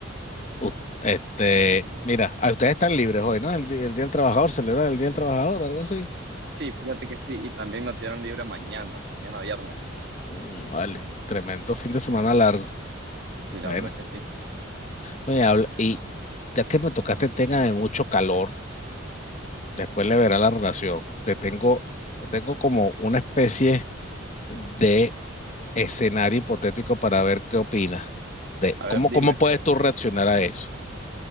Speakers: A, on the left (about 35°); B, on the right (about 50°).
A: U- este, mira, a ustedes están libres hoy, ¿no? El, di- el Día del Trabajador, celebran el Día del Trabajador o algo así.
B: Sí, fíjate que sí, y también nos dieron libre mañana, mañana viernes.
A: Mm, vale, tremendo fin de semana largo.
B: Sí, la
A: Bueno.
B: verdad es que sí.
A: Oye, habla- y ya que me tocaste el tema de mucho calor, después le verá la relación. Te tengo, te tengo como una especie de escenario hipotético para ver qué opinas de
B: A
A: cómo,
B: ver, dime.
A: cómo puedes tú reaccionar a eso.